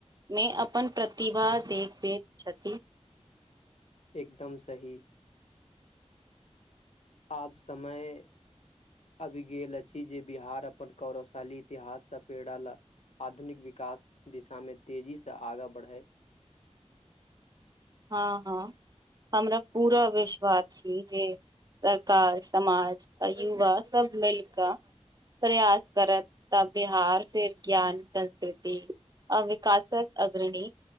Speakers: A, on the right (about 35°); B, on the left (about 65°).
A: मे अपन प्रतिभा देख देत छथि
B: एकदम सही आब समय अबि गेल अछि जे बिहार अपन कौरवशाली इतिहाससँ पेड़ल आधुनिक विकास दिशा मे तेजी सऽ आगा बढ़ै
A: हँ हँ हमरा पूरा विश्वास छी जे सरकार समाज आ युवा सब मिल कऽ प्रयास करत तब बिहार फिर विज्ञान संस्कृति अ विकासक अग्रणी